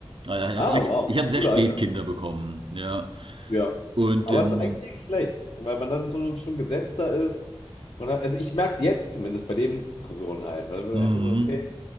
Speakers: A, on the right; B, on the left.
A: Also ich
B: Ah,
A: habe recht,
B: wow,
A: ich habe sehr
B: cooler
A: spät
B: Alter.
A: Kinder bekommen, ja.
B: Ja.
A: Und,
B: Aber
A: ähm,
B: es ist eigentlich nicht schlecht, weil man dann so schon gesetzter ist. Und hat, also ich merke es jetzt zumindest bei dem Diskussionen halt, weil man
A: mhm.
B: einfach so, okay,